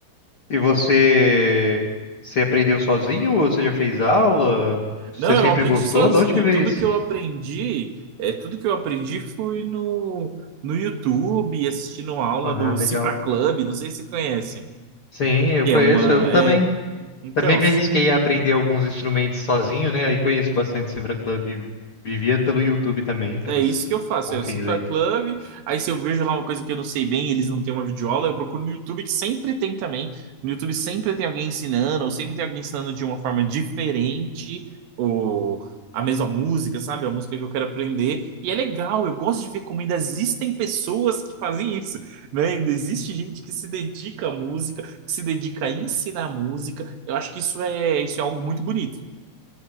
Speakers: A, on the left; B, on the right.
A: E você, você aprendeu sozinho ou você já fez aula? Você
B: Não, eu
A: sempre
B: aprendi
A: gostou?
B: sozinho.
A: De onde que veio
B: Tudo
A: isso?
B: que eu aprendi, é tudo que eu aprendi foi no, no YouTube, assistindo aula
A: Ah,
B: do
A: legal.
B: Cifra Club, não sei se você conhece,
A: Sim, eu
B: que
A: conheço,
B: é uma,
A: eu também.
B: é, então,
A: Também me arrisquei a aprender alguns instrumentos sozinho, né? Aí conheço bastante Cifra Club, vi- vivia pelo YouTube também, pelos
B: É isso que eu faço.
A: confins
B: Eu cifro
A: aí.
B: a club, aí se eu vejo lá uma coisa que eu não sei bem, eles não têm uma videoaula, eu procuro no YouTube, que sempre tem também. No YouTube sempre tem alguém ensinando, ou sempre tem alguém ensinando de uma forma diferente, ou a mesma música, sabe? A música que eu quero aprender. E é legal, eu gosto de ver como ainda existem pessoas que fazem isso, né? Ainda existe gente que se dedica à música, que se dedica a ensinar música. Eu acho que isso é, isso é algo muito bonito.